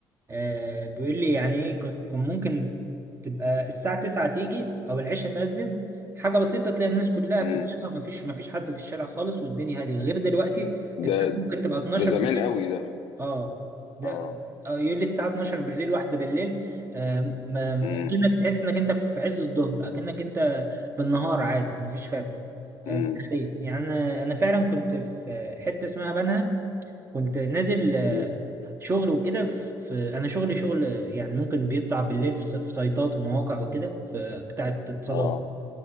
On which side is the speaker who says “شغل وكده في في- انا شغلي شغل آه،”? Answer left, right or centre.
Right